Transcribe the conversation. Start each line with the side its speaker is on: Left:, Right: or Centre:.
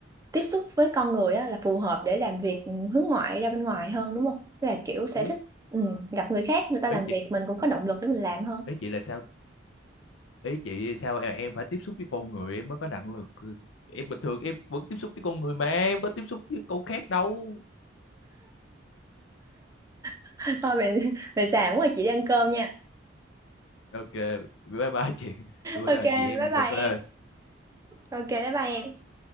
Right: tiếp xúc với con người á, là phù hợp để làm việc ừ, hướng ngoại ra bên ngoài hơn đúng không? Tức là kiểu sẽ
Left: ý
Right: thích ừ, gặp người khác người ta
Left: ý
Right: làm
Left: chị
Right: việc mình cũng có động lực để mình làm hơn.
Left: ý chị là sao ý chị sao em, em phải tiếp xúc với con người em mới có năng lực em bình thường em vẫn tiếp xúc với con người mà em có tiếp xúc với con khác đâu
Right: <laughs> Thôi về về xàm quá chị đi ăn cơm nha.
Left: ok bye bye chị bữa
Right: Ok,
Left: nào chị em
Right: bye
Left: mình
Right: bye
Left: cà phê
Right: em. Ok, bye bye em.